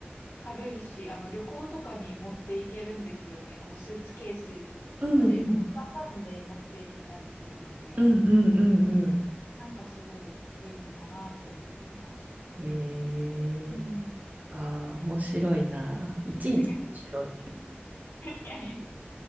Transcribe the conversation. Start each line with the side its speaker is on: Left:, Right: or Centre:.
Left: 軽いし、あの、旅行とかに持っていけるんですよね。こう、スーツケースとかで折りたたんで持っていけたりするので。
Right: うんうんうんうん
Left: なんかすごい便利だなって思ってます。
Right: うん。
Left: うん。
Right: えー、ああ、面白いな。いちいち面白い。
Left: <laughs> いやい